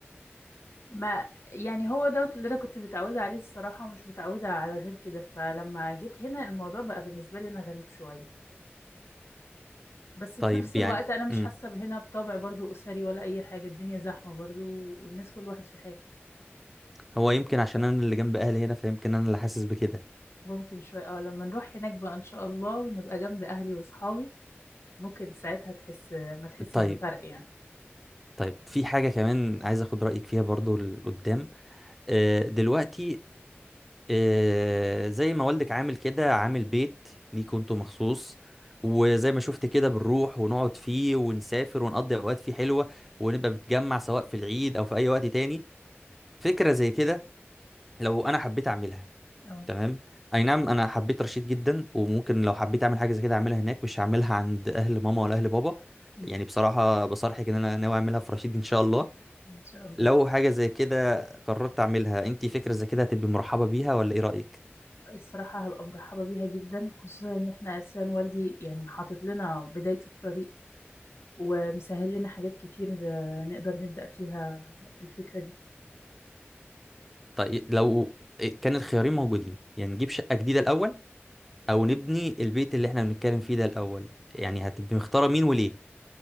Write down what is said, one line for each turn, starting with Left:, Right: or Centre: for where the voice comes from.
Left: ما يعني هو دوت اللي انا كنت متعوده عليه الصراحه ومش متعوده على غير كده فلما جيت هنا الموضوع بقى بالنسبه لي انا غريب شويه بس
Centre: طيب
Left: في نفس
Centre: يعني
Left: الوقت انا مش
Centre: امم
Left: حاسه هنا بطابع برضو اسري ولا اي حاجه الدنيا زحمه برضو والناس كل واحد في حاله
Centre: هو يمكن عشان انا اللي جنب اهلي هنا فيمكن انا اللي حاسس بكده
Left: ممكن شويه اه لما نروح هناك بقى ان شاء الله ونبقى جنب اهلي واصحابي ممكن ساعتها تحس ما تحسش
Centre: طيب
Left: بفرق يعني
Centre: طيب في حاجة كمان عايز اخد رأيك فيها برضو لقدام آه، دلوقتي آه، زي ما والدك عامل كده عامل بيت ليكوا انتوا مخصوص وزي ما شفت كده بنروح ونقعد فيه ونسافر ونقضي اوقات فيه حلوه ونبقى بنتجمع سواء في العيد او في اي وقت تاني فكره زي كده لو انا حبيت اعملها
Left: اه
Centre: تمام اي نعم انا حبيت رشيد جدا وممكن لو حبيت اعمل حاجه زي كده اعملها هناك مش هعملها عند اهل ماما ولا اهل بابا
Left: أمم،
Centre: يعني بصراحه بصرحك ان انا ناوي اعملها في رشيد ان شاء الله
Left: ان شاء الله
Centre: لو حاجة زي كده قررت أعملها أنت فكرة زي كده هتبقي مرحبة بيها ولا إيه رأيك؟
Left: الصراحه هبقى مرحبه بيها جدا خصوصا ان احنا اساسا والدي يعني حاطط لنا بدايه الطريق ومسهل لنا حاجات كتير آه، نقدر نبدأ فيها الفكرة دي
Centre: طيب لو إيه، كان الخيارين موجودين يعني نجيب شقة جديدة الأول أو نبني البيت اللي إحنا بنتكلم فيه ده الأول يعني هتبقي مختارة مين وليه؟